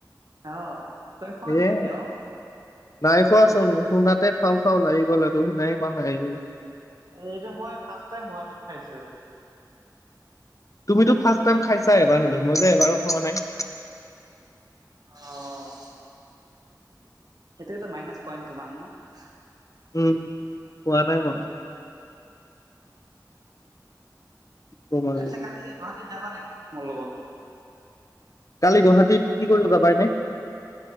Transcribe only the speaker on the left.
এ
নাই খোৱাচোন শুনাতে চাও-চাউল আহি গ'ল আৰু শুনাই পোৱা নাই আহি।
তুমিতো ফাৰ্ষ্ট টাইম খাইছা এবাৰ হ'লেও, মই যে এবাৰো খোৱা নাই
উম, পোৱা নাই মই। কম আৰু
কালি গুৱাহাটীত, কি কৰিবা যাবা নে?